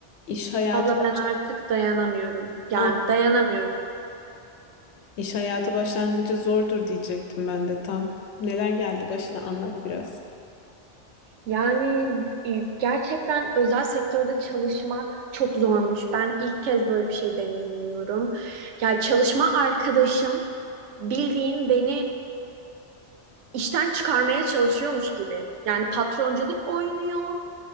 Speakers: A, on the left; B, on the right.
A: İş hayatı
B: Abla
A: baş...
B: ben artık dayanamıyorum. Yani
A: ah,
B: dayanamıyorum.
A: iş hayatı başlangıcı zordur diyecektim ben de tam. Neler geldi başına anlat biraz.
B: Yani e, gerçekten özel sektörde çalışmak çok zormuş. Ben ilk kez böyle bir şey deneyimliyorum. Yani çalışma arkadaşım bildiğin beni işten çıkarmaya çalışıyormuş gibi. Yani patronculuk oynuyor.